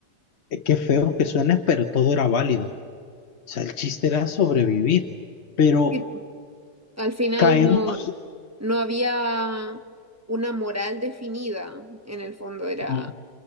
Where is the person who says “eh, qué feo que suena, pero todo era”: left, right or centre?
Left